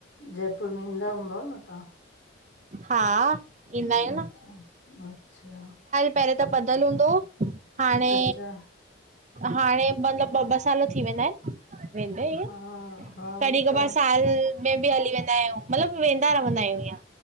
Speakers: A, on the left; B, on the right.
A: जयपुर में ईंदा हूंदव न तहां?
B: हा। ईंदा आहियूं
A: अच्छा अच्छा।
B: पेंहेंरे त ॿधल हूंदो हो। हाणे
A: अच्छा
B: हाणे मतलब ॿ ॿ साल थी वेंदा इन। वेंदें।
A: हा हा
B: कॾि
A: उहो
B: कबार
A: त
B: साल में बि हली वेंदा आयूं, मतलब वेंदा रवंदा आयूं इअं।